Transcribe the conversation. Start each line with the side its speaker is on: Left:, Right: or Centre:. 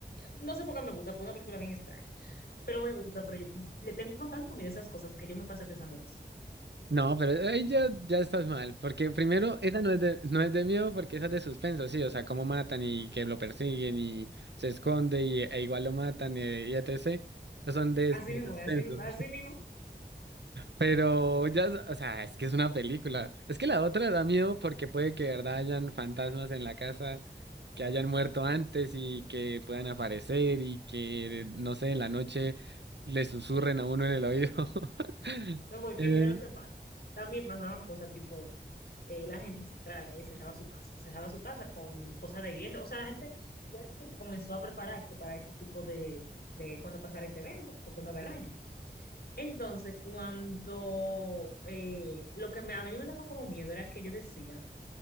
Left: no sé por qué me gusta, porque es una película bien extraña, pero me gusta, pero yo le tengo tanto miedo a esas cosas que yo me pasé pensando eso.
Right: No, pero ahí ya, ya estás mal, porque primero, esa no es de, no es de miedo, porque esa es de suspenso, sí, o sea, cómo matan y que lo persiguen y se esconde y, e igual lo matan eh, y, etc. Esos son de,
Left: Así
Right: de
Left: mismo,
Right: suspenso.
Left: así, así mismo.
Right: Pero ya, o sea, es que es una película. Es que la otra da miedo porque puede que de verdad hayan fantasmas en la casa que hayan muerto antes y que puedan aparecer y que, no sé, en la noche le susurren a uno en el oído. <laughs>
Left: No, porque
Right: Eh,
Left: mira lo que pasa. También pasaban cosas tipo, eh, la gente trae, eh, cerraba su casa, cerraba su casa con cosas de hierro. O sea, la gente, ya la gente comenzó a prepararse para ese tipo de, de cuando pasara ese evento, porque una vez al año. Entonces, cuando eh, lo que me- a mí me daba como miedo era que yo decía